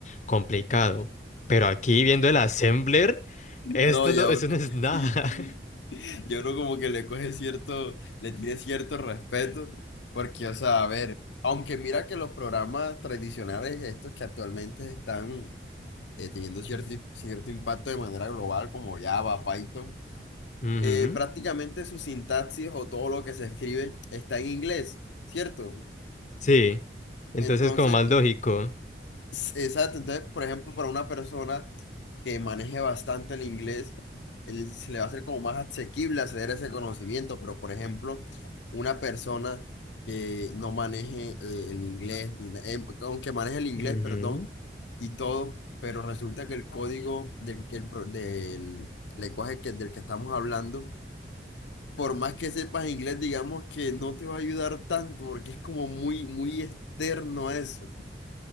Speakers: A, on the left; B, on the left.
A: complicado. Pero aquí viendo el assembler, esto
B: No, ya,
A: no, eso
B: uno
A: no es
B: <laughs>
A: nada.
B: sí, sí.
A: <laughs>
B: Yo uno como que le coge cierto, le tiene cierto respeto, porque, o sea, a ver, aunque mira que los programas tradicionales, estos que actualmente están eh, teniendo cierto, cierto impacto de manera global, como Java, Python,
A: Ujú,
B: eh, prácticamente su sintaxis o todo lo que se escribe está en inglés, ¿cierto?
A: Sí, entonces
B: Entonces,
A: como más lógico.
B: Exacto, entonces, por ejemplo, para una persona que maneje bastante el inglés, él- se le va a hacer como más asequible acceder a ese conocimiento, pero por ejemplo, una persona que no maneje eh, el inglés, ni na- em, aunque maneje el inglés,
A: Ujú.
B: perdón, y todo, pero resulta que el código del, que el pro- del lenguaje que, del que estamos hablando, por más que sepas inglés, digamos que no te va a ayudar tanto, porque es como muy, muy externo a eso.